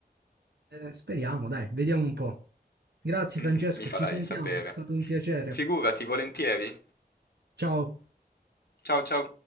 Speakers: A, on the right; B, on the left.
A: Eh, speriamo, dai, vediamo un po'. Grazie
B: <laughs>
A: Francesco,
B: Mi farai
A: ci sentiamo,
B: sapere.
A: è stato un piacere.
B: Figurati, volentieri.
A: Ciao.
B: Ciao ciao.